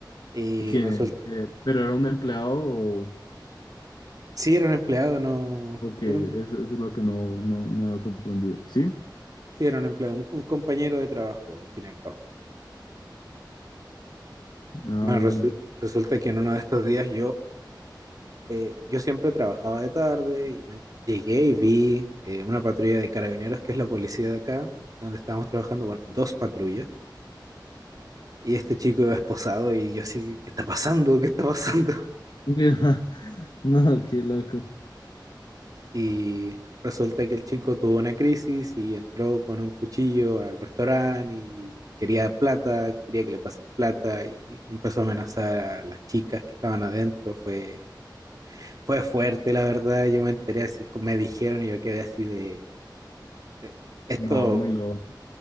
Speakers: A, on the right; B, on the left.
A: Y
B: ¿Quién?
A: resulta,
B: El, eh, ¿pero era un empleado o...?
A: sí era un empleado, no,
B: Ok,
A: era
B: eso,
A: un,
B: eso es lo que no, no, no había comprendido. ¿Sí?
A: sí era un empleado, un, un compañero de trabajo, al fin y al cabo.
B: Ah,
A: Bueno,
B: bueno.
A: resu- resulta que en uno de estos días yo, eh, yo siempre trabajaba de tarde y me llegué y vi eh, una patrulla de carabineros, que es la policía de acá, donde estábamos trabajando, bueno, dos patrullas. Y este chico iba esposado y yo así, ¿qué está pasando? ¿Qué está pasando?
B: <laughs> No, qué loco.
A: Y resulta que el chico tuvo una crisis y entró con un cuchillo al restaurante y quería plata, quería que le pasen plata y empezó a amenazar a las chicas que estaban adentro. Fue, fue fuerte, la verdad. Yo me enteré así, me dijeron y yo quedé así de, de, esto,
B: No, muy loco.